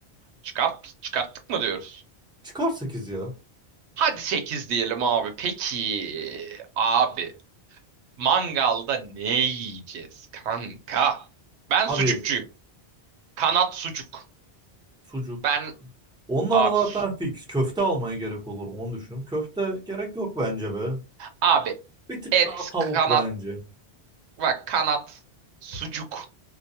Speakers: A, on the right; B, in the centre.
A: Çıkart, çıkarttık mı diyoruz?
B: Çıkar 8 ya.
A: Hadi 8 diyelim abi. Peki abi mangalda ne yiyeceğiz kanka? Ben
B: Abi
A: sucukçuyum. Kanat sucuk.
B: sucuk.
A: Ben
B: Onlar
A: abi
B: zaten
A: su-
B: fix. Köfte almaya gerek olur mu onu düşündüm. Köfte gerek yok bence be.
A: abi
B: Bir tık
A: et
B: daha tavuk
A: kanat
B: bence.
A: bak kanat sucuk.